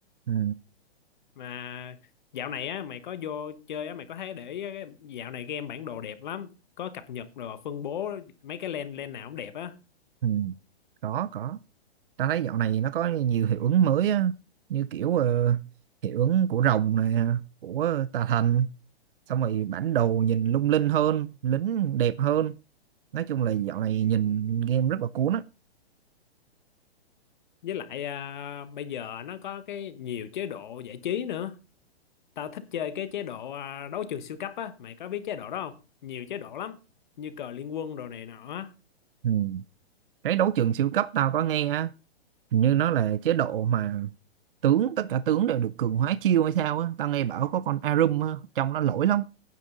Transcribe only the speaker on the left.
mà dạo này á mày có vô chơi á mày có thấy để ý á, cái dạo này game bản đồ đẹp lắm có cập nhật rồi phân bố mấy cái lane lane nào cũng đẹp á
với lại à, bây giờ nó có cái nhiều chế độ giải trí nữa tao thích chơi cái chế độ à, đấu trường siêu cấp á mày có biết chế độ đó không nhiều chế độ lắm như cờ liên quân đồ này nọ á